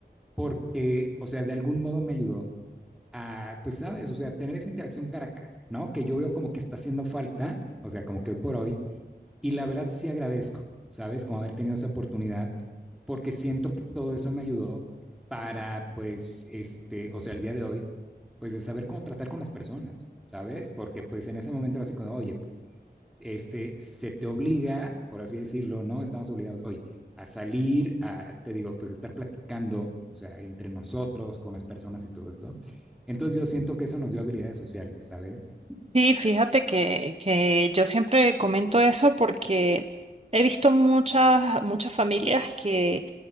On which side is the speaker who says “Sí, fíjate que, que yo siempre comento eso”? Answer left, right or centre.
Right